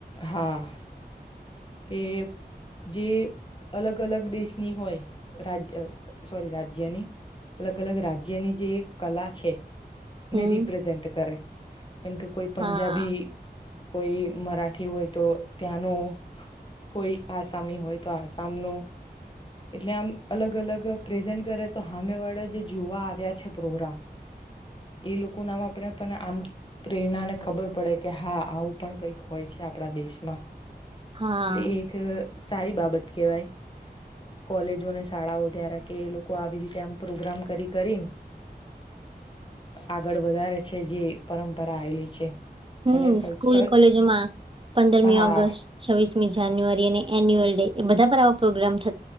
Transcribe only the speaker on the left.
હા કે જે અલગ અલગ દેશની હોય રાજ સોરી રાજ્યની અલગ અલગ રાજ્યની જે કલા છે.
ને રિપ્રેઝેન્ટ કરે એમ કે કોઈ પંજાબી
કોઈ મરાઠી હોય તો ત્યાંનો કોઈ આસામી હોય તો આસામ નૂ એટલે આમ અલગ અલગ પ્રેઝન્ટ કરે તો હામેવાળા જે જોવા આવ્યા છે પ્રોગ્રામ એ લોકો નામ આપણે પણ આમ પ્રેરણાને ખબર પડે કે હા આવું પણ કંઈક હોય છે આપણા દેશમાં
એટલે એ એક સારી બાબત કેહેવાય કોલેજોને શાળાઓ <unintelligible> કે એ લોકો આવી રીતે આમ પ્રોગ્રામ કરી કરી આગળ વધારે છે જે પરંપરા આવેલી છે
અને કલ્ચરલ
હા